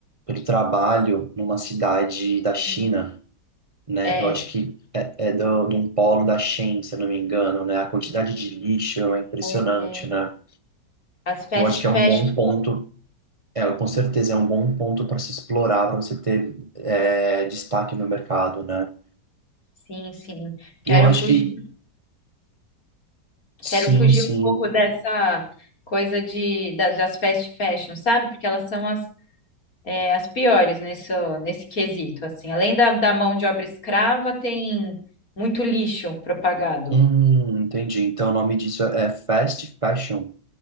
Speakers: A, on the right (about 50°); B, on the left (about 50°).
A: pelo trabalho numa cidade da China,
B: Sim.
A: né?
B: É.
A: Eu acho que é, é do, de um polo da Shein, se eu não me engano, né? A quantidade de lixo é impressionante,
B: É.
A: né?
B: As fast
A: Eu acho que
B: fashion,
A: é um bom ponto, é, com certeza é um bom ponto para se explorar, para você ter é, destaque no mercado, né?
B: sim, sim. Quero
A: Eu acho
B: fugir
A: que sim,
B: Quero fugir
A: sim.
B: um pouco dessa coisa de, da- das fast fashion, sabe? Porque elas são as, é, as piores nesse, nesse quesito, assim. Além da, da mão de obra escrava, tem muito lixo propagado.
A: Hum, entendi. Então o nome disso é fast fashion.